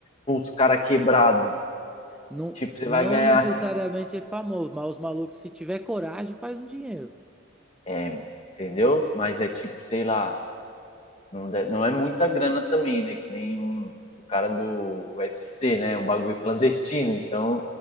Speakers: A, on the left (about 30°); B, in the centre.
A: Os caras quebrados.
B: não,
A: Tipo, você
B: não
A: vai ganhar
B: necessariamente
A: assim,
B: é famoso, mas os malucos, se tiver coragem, faz um dinheiro.
A: é, entendeu? Mas é tipo, sei lá, Não, deve- não é muita grana também, né? Que nem um, o cara do UFC, né? Um bagulho clandestino. Então,